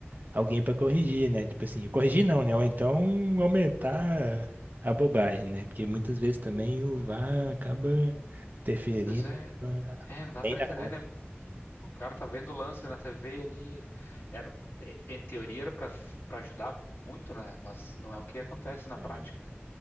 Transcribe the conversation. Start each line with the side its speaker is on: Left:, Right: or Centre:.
Right: alguém pra corrigir, né? Tipo assim, corrigir não, né? Ou então aumentar a bobagem, né? Porque muitas vezes também o VAR acaba interferindo
Left: pois é,
Right: ah,
Left: é, não dá
Right: além
Left: pra
Right: da
Left: entender,
Right: conta.
Left: né? O cara tá vendo o lance na TV ali. Era, e- em teoria era para para ajudar muito, né? Mas não é o que acontece na
Right: É,
Left: prática. <laughs>